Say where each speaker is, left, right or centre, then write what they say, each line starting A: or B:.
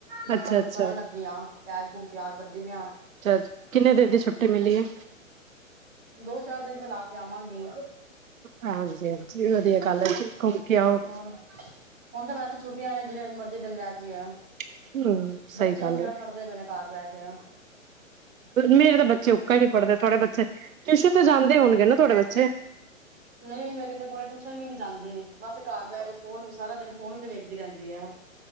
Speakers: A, on the right (about 20°); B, on the right (about 80°).
A: ਬਸ
B: ਅੱਛਾ-ਅੱਛਾ।
A: ਉਹਨੂੰ ਕਰਨ ਲੱਗੀ ਹੈ ਬੈਗ ਪੂਗ ਤਿਆਰ ਕਰਦੀ ਪਈ ਆ।
B: ਅੱਛਾ, ਕਿੰਨੇ ਦਿਨ ਦੀ ਛੁੱਟੀ ਮਿਲੀ ਹੈ।
A: ਦੋ-ਚਾਰ ਦਿਨ ਮੈਂ ਲਾ ਕੇ ਆਵਾਂਗੀ।
B: ਹਾਂਜੀ-ਆਂਜੀ, ਵਧੀਆ ਗੱਲ ਐ ਜੀ, ਘੁੰਮ ਕੇ ਆਓ,
A: ਓਰ, ਹੁਨ ਤਾਂ ਵੈਸੇ ਛੁੱਟੀਆਂ ਨੇ ਜਿਵੇਂ ਮਰਜ਼ੀ ਦਿਨ ਰੈਜੀਏ।
B: ਹੂੰ ਸਹੀ
A: ਬੱਚੇ
B: ਗੱਲ
A: ਹੁਨ ਕਿਹੜਾ
B: ਏ।
A: ਪੜ੍ਹਦੇ ਪਏ ਨੇ ਘਰ ਬੈਕੇ।
B: ਮੇਰੇ ਤਾਂ ਬੱਚੇ ਉਕਾ ਹੀ ਨੀ ਪੜ੍ਹਦੇ, ਥੋੜੇ ਬੱਚੇ, ਟਿਊਸ਼ਨ ਤੇ ਜਾਂਦੇ ਹੋਨਗੇ ਨਾ ਥੋਡੇ ਬੱਚੇ?
A: ਨੲੀਂ, ਮੇਰੀ ਤਾਂ ਕੁੜੀ ਟੂਸ਼ਨ ਵੀ ਨੀਂ ਜਾਂਦੀ, ਬਸ ਘਰ ਬਹਿ ਕੇ ਫੋਨ ਵੀ ਸਾਰਾ ਦਿਨ ਫੋਨ ਈ ਤੇ ਵੇਖਦੀ ਰੈਂਦੀ ਐ।